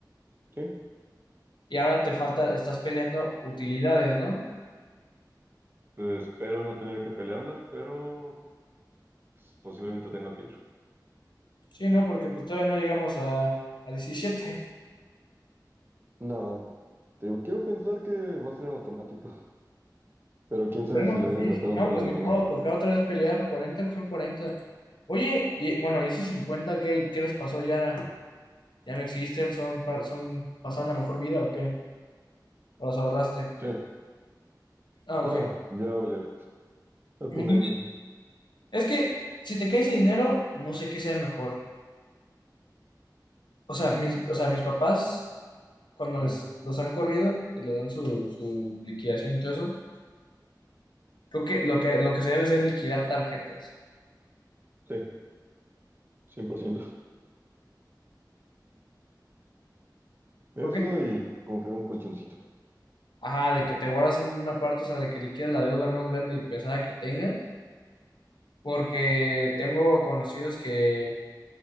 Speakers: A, on the right; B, on the left.
A: sí.
B: Y ahora te falta, estás peleando utilidades, ¿no?
A: Eh, espero no tener que pelearlas, pero pues, posiblemente tenga que ir.
B: Sí, ¿no? Porque pues todavía no llegamos a, a diecisiete
A: No, te digo, quiero pensar que va a ser en automático, pero quién
B: Esperemos
A: sabe si le
B: que
A: hagan
B: sí,
A: de
B: si
A: pedo
B: no,
A: por
B: pues
A: la demanda.
B: ni modo, toca otra vez pelear, cuarenta son cuarenta Oye, y bueno, ¿y esos 50 qué, qué les pasó? ¿Ya, ya no existen? ¿Son, pa- son pasando la mejor vida o qué? ¿O los ahorraste?
A: Sí,
B: Ah,
A: no,
B: ok.
A: ya valieron. Hasta
B: Muy
A: un
B: bien.
A: año.
B: Es que si te cae ese dinero, no sé qué sea mejor. O sea, mis, o sea, mis papás cuando
A: Ajá,
B: les, los han corrido y les dan su, su liquidación y todo eso, creo que lo que, lo que se debe hacer es liquidar tarjetas.
A: Sí, cien por ciento, Eso
B: Creo que,
A: y como que un colchoncito.
B: ajá, de que te guardas una parte, o sea, de que liquidas la deuda más grande y pesada que tengas, porque tengo conocidos que